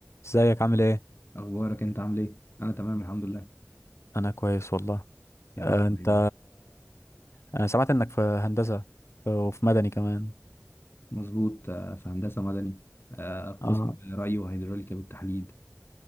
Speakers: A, on the left (about 65°); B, on the left (about 50°).
A: ازيك عامل ايه؟
B: اخبارك انت عامل ايه انا تمام الحمد لله
A: انا كويس والله
B: يا
A: آه،
B: رب
A: انت
B: دايما
A: انا سمعت انك في هندسة وفي مدني كمان
B: مظبوط آه، في هندسه مدني آه، قسم
A: اه
B: ري وهيدروليكا بالتحديد